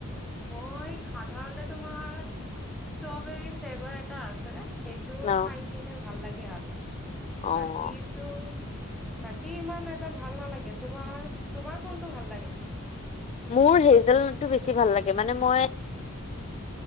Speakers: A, in the centre; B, on the left.
A: মই সাধাৰণতে তোমাৰ, ষ্ট্ৰবেৰী ফ্লেভাৰ এটা আছে সেইটোও
B: ন
A: খাই কিনে ভাল লাগে গে আৰু।
B: অ',
A: বাকীটো বাকী ইমান এটা ভাল নালাগে, তোমাৰ তোমাৰ কোনটো ভাল লাগে নো?
B: মোৰ হেইজেলটো বেছি ভাল লাগে, মানে মই